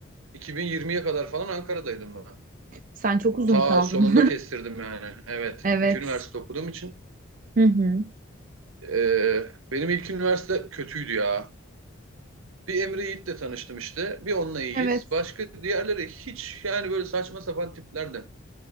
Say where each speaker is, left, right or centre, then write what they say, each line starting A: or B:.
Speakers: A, on the right; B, on the right.
A: 2020'ye kadar falan Ankara'daydım ben.
B: Sen çok uzun
A: Ta
B: kaldın.
A: sonunda kestirdim yani. Evet,
B: <laughs> Evet.
A: iki üniversite okuduğum için
B: Hı hı.
A: e, benim ilk üniversite kötüydü ya. Bir Emre Yiğit'le tanıştım işte. Bir onunla iyiyiz.
B: Evet.
A: Başka diğerleri hiç yani böyle saçma sapan tiplerdi.